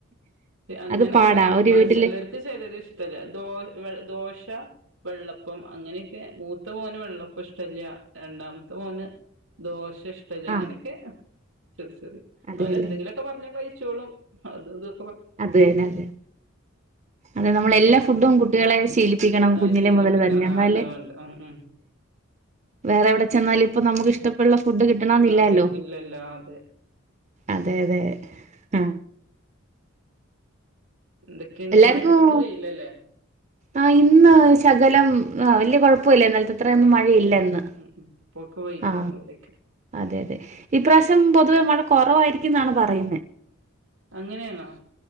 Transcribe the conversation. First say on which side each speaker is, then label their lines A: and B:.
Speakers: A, on the right (about 80°); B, on the right (about 35°).
A: അങ്ങനെല്ല
B: അത് പാടാ ഒരു
A: ആ
B: വീട്ടില്
A: ചിലർക്ക് ചിലര് ഇഷ്ടല്ലാദോ - ശ, വെള്ളപ്പം അങ്ങനെയക്കെ മൂത്തമോന് വെള്ളപ്പം ഇഷ്ടല്ല രണ്ടാമത്തെ മോന് ദോശ ഇഷ്ടല്ല അങ്ങനെക്കെ
B: ആഹ്
A: അ
B: അതെല്ലേ
A: ന്നാലു എന്തെങ്കിലൊക്കെ പറഞ്ഞകഴി അത് ദ്
B: അതന്നെ അതെ അതെ നമ്മൾ എല്ലാ ഫുഡും കുട്ടികളെ ശീ ക്കണം
A: ആ
B: കുഞ്ഞിലെ
A: ശീലിപ്പിക്കണം
B: മുതൽ തന്നെ
A: ആ
B: ന്നാൽ
A: അതാ വേണ്ട ഉം ഉം
B: വേറെവിടെ ചെന്നാൽ ഇപ്പ നമുക്ക് ഇഷ്ടപ്പെുള്ള ഫുഡ് കിട്ടണമെന്നില്ലെലോ
A: അതെ ഇല്ലല്ല അതെ
B: അതെ അതെ ആ.
A: എന്തൊക്കെയുണ്ട്
B: എല്ലാർക്കും
A: മഴ ഉണ്ടോ ഇന്ന് വെയിലല്ലേ
B: ആ ഇന്ന് ശകലം അ വല്ല്യ കുഴപ്പ ഇന്നലത്തെ അ ത്രയൊന്നും
A: ആഹ് ആഹ്
B: മഴയില്ലെന്ന്.
A: ഉം ഉം ഇപ്പൊക്കെ വെയിലാണ്
B: ആ
A: ഇവിടെയൊക്കെ
B: അതെ തെ ഈപ്രാവശ്യം പൊതുവെ മഴ കൊ കൊറവായിരിക്കും എന്നാണ് പറയുന്നെ.
A: അങ്ങനെണോ.